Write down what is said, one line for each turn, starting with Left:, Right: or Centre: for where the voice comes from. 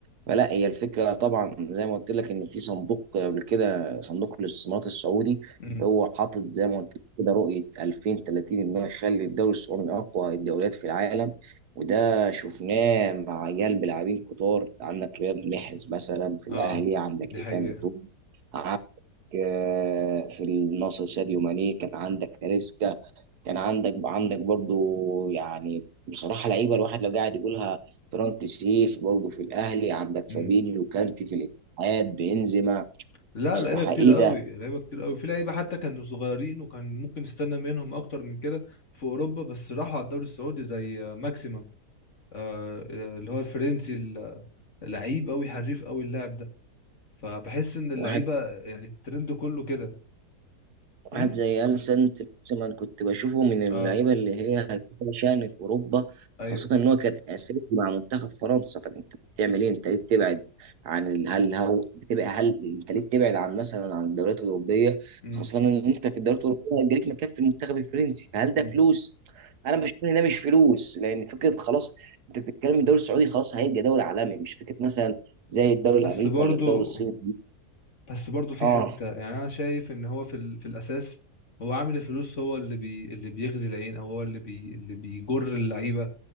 Right: فلا هي الفكره طبعا زي ما قلت لك ان في صندوق قبل كده صندوق الاستثمارات السعودي
Left: امم
Right: هو حاطط زي ما قلت كده رؤية 2030 إنه يخلي الدوري السعودي من أقوى الدوريات في العالم وده شفناه مع عيال بلاعبين كتار عندك رياض محرز مثلا في الأهلي
Left: اه
Right: عندك
Left: دي
Right: إيفان
Left: حقيقة
Right: توم عندك آه، في النصر ساديو ماني كان عندك تاليسكا كان عندك عندك برضو يعني بصراحة لعيبة الواحد لو قاعد يقولها فرانك سيف برضو في الأهلي عندك
Left: مم.
Right: فابينيو كانتي في الاتحاد بنزيما
Left: لا
Right: بصراحة
Left: لعيبه كتير
Right: إيه
Left: قوي
Right: ده
Left: لعيبه كتير قوي في لعيبه حتى كانوا صغيرين وكان ممكن نستنى منهم اكتر من كده في اوروبا بس راحوا على الدوري السعودي زي آه، ماكسيمم آه، آه، اللي هو الفرنسي ال- لعيب قوي حريف قوي اللاعب ده فبحس ان اللعيبه
Right: واحد
Left: يعني الترند كله كده
Right: واحد
Left: مم؟
Right: زي ألسن لوسمان كنت بشوفه من اللعيبة
Left: اه
Right: اللي هي هتبقى شأن في أوروبا
Left: ايوه
Right: وخاصة إن هو كان أساسي مع منتخب فرنسا طب أنت بتعمل إيه؟ أنت ليه بتبعد عن ال- هل هو بتبقى هل أنت ليه بتبعد عن مثلا عن الدوريات الأوروبية
Left: مم.
Right: خاصة إن أنت في الدوريات الأوروبية هيجيلك مكان في المنتخب الفرنسي فهل
Left: مم.
Right: ده فلوس؟ أنا بشوف إن ده مش فلوس لأن فكرة خلاص أنت بتتكلم الدوري السعودي خلاص هيبقى دوري عالمي مش فكرة مثلا زي الدوري
Left: بس
Right: الأمريكي
Left: برضو
Right: ولا الدوري الصيني
Left: بس برضو في
Right: آه
Left: حته يعني انا شايف ان هو في ال... في الاساس هو عامل الفلوس هو اللي بي... اللي بيغزي العين او هو اللي بي... اللي بيجر اللعيبه